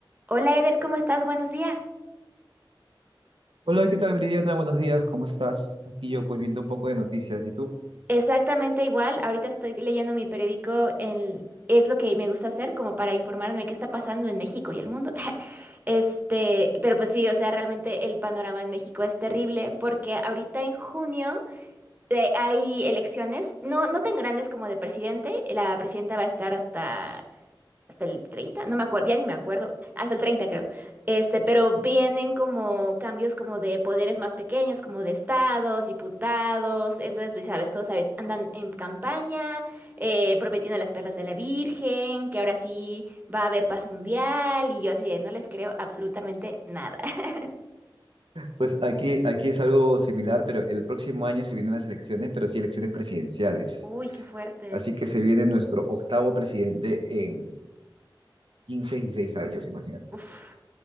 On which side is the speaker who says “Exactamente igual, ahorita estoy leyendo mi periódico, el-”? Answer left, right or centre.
Right